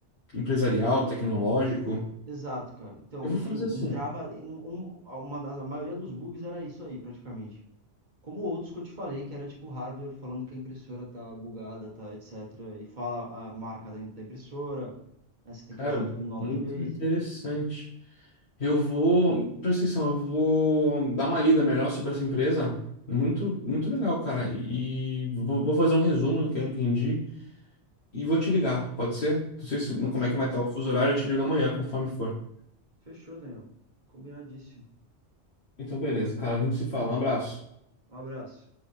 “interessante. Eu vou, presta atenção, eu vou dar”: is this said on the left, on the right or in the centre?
Left